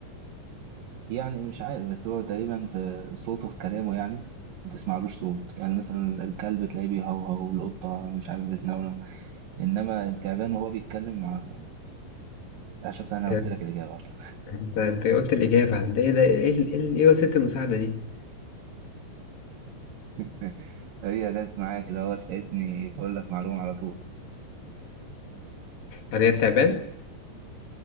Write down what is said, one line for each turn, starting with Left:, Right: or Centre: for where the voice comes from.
Right: يعني مش عارف بس هو تقريبا في صوته في كلامه يعني ما تسمعلوش صوت يعني مثلا الكلب تلاقيه بيهوهو والقطة مش عارف بتنونو إنما التعبان وهو بيتكلم مع أنا شفت أنا قلت
Left: إيه،
Right: لك الإجابة أصلا
Left: أنت أنت قلت الإجابة ده إيه ده إيه ال- إيه ال- إيه وسيلة المساعدة دي
Right: <laughs> هي جت معايا كده هو لقيتني بقول لك معلومة على طول
Left: يعني هي بتعبان